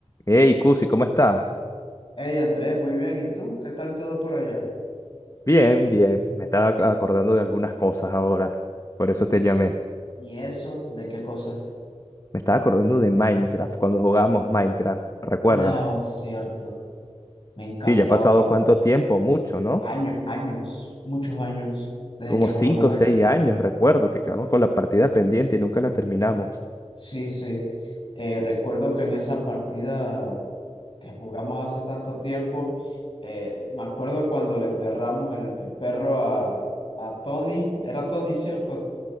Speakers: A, on the left (about 30°); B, on the left (about 50°).
A: Hey, Cusi, ¿cómo estás?
B: Hey Andrés, muy bien. ¿Y tú? ¿Qué tal todo por allá?
A: Bien, bien. Me estaba ac- acordando de algunas cosas ahora. Por eso te llamé.
B: ¿Y eso? ¿De qué cosa?
A: Me estaba acordando de Minecraft, cuando jugábamos Minecraft, ¿recuerdas?
B: No, cierto. Me encantaba
A: Sí, ya ha pasado cuánto tiempo, mucho, ¿no?
B: años, años, muchos años, desde
A: Como
B: que jugamos
A: cinco
B: Minecraft.
A: o seis años, recuerdo, que quedamos con la partida pendiente y nunca la terminamos.
B: Sí, sí. Eh, recuerdo que en esa partida que jugamos hace tanto tiempo, eh, me acuerdo cuando le enterramos el, el perro a, a Tony. Era Tony, ¿cierto?